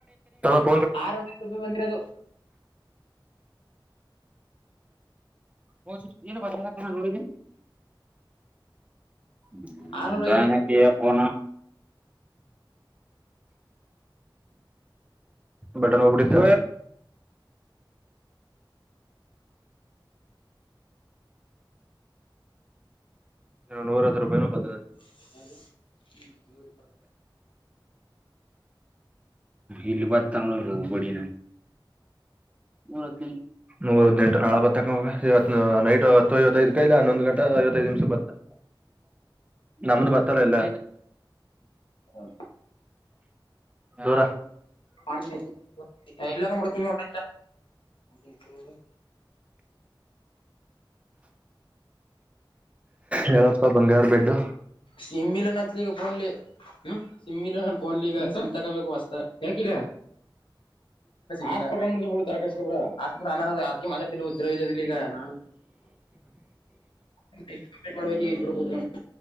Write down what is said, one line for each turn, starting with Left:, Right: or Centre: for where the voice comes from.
Right: ಹಲೋ
Left: ಆರ್ <unintelligible> ಬಂದಿರದು
Right: <unintelligible> ಏನು ಬರಲ್ಲ ಕಣ್ಣ ನೋಡಿನಿ <unintelligible>
Left: ಆರ್ನೂರ ಐದ್ ರೂಪಾಯಿ
Right: ಫೋನ್ ಬಟನ್ ಹೊಬುಟ್ಟಿತ್ ನೂರ ಹತ್ತ್ ರೂಪಾಯನೂ ಬತ್ತದೆ
Left: <inaudible>
Right: ಇಲ್ಲಿ ಬತ್ತ ನೋಡನ್ನ ಓಬಿಡಿನ ನೂರ ಹದ್ನೆಂಟ ನೂರ ಹದ್ನೆಂಟ ನಾಳೆ ಬತ್ತ ತಕೋಗ ಇವತ್ತ್ ನೈಟ್ ಹತ್ತೈವತ್ತೈದಕ್ ಇಲ್ಲ ಹನ್ನೊಂದ್ ಗಂ ಹತ್ತ್ ಐವತ್ತೈದ್ ನಿಮ್ಸಕ ಬತ್ತದ್ ನಮ್ದು ಬತ್ತಲ್ಲ ಎಲ್ಲ
Left: ಹ
Right: ದೂರ
Left: ಮಾಡ್ತೀನಿ ಎ ಇಲ್ಲ <unintelligible> ಹಾಗೈತ ನೋಡು
Right: ಹೇಳಪ್ಪಾ ಬಂಗಾರ ಬೆಡ್ಡು
Left: ಸಿಮ್ ಇಲ ನತಲಿಗ ಪೋನ್ಲಿ ಹ್ಮ ಸಿಮ್ ಇಲ್ಲ ನನ್ನ ಫೋನ್ನ್ಲಿಗ ಸಿಮ್ ತಗೋಬೇಕು ವಸ್ತದ್ ಯಾಕಿಲ್ಲ ಹಾಟ್ಸ್ಪಾಟ್ ಆನ್ ಮಾಡತ್ತಿವ ಬಿಡು ತಲೆ ಕೆಡಿಸ್ಕೋಬೇಡ ಹಾಟ್ಸ್ಪಾಟ್ ಆನ್ ಆಗಲ್ಲ ಮಾತ್ ಆಡುತ್ತಿಲ್ಲವ್ <unintelligible> ಕಂಪ್ಲೀಟ್ ಮಾಡ್ಬೇಕ ಇಬರು ಕೂತ್ಕೊಂಡ